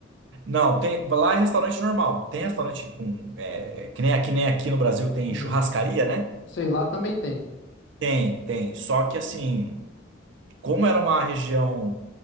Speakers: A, on the right (about 70°); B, on the left (about 70°).
A: Não, tem, lá é restaurante normal. Tem restaurante com. é, que nem, aqui nem aqui no Brasil tem
B: Uhum.
A: churrascaria, né?
B: Sei lá, também tem.
A: Tem, tem. Só que assim. como era uma região